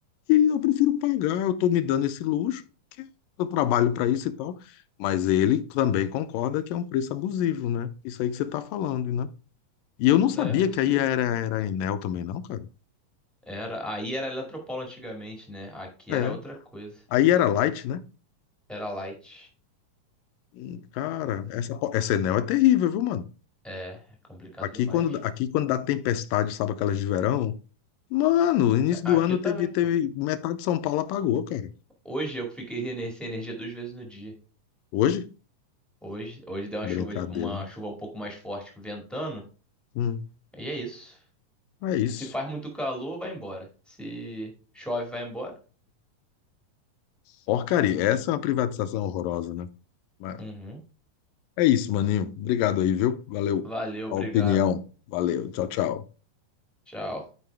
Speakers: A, on the left; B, in the centre.
A: E eu prefiro pagar, eu estou me dando esse luxo, porque eu trabalho para isso e tal. Mas ele também concorda que é um preço abusivo, né? Isso aí que você está falando, né? E eu não sabia
B: né, você
A: que aí era, era a Enel também, não, cara.
B: era, aí era Eletropaulo antigamente, né? Aqui
A: É.
B: era outra coisa.
A: Aí era Light, né?
B: Era light.
A: Hum, Cara, essa, po- essa Enel é terrível, viu, mano?
B: É, é complicado
A: Aqui
B: demais.
A: quando, aqui quando dá tempestade, sabe aquelas de verão? Mano, início
B: Aqui
A: do ano
B: também,
A: teve, teve
B: pô.
A: metade de São Paulo apagou, cara.
B: Hoje eu fiquei ener- sem energia duas vezes no dia.
A: Hoje?
B: Hoje, hoje deu uma
A: Brincadeira,
B: chuva, de- uma
A: hein?
B: chuva um pouco mais forte, ventando.
A: Hum,
B: E é isso.
A: é isso.
B: Se faz muito calor, vai embora. Se chove, vai embora.
A: Porcaria. Essa é uma privatização horrorosa, né? Mas
B: Uhum.
A: é isso, maninho. Obrigado aí, viu? Valeu
B: Valeu, obrigado.
A: a opinião. Valeu. Tchau, tchau.
B: Tchau.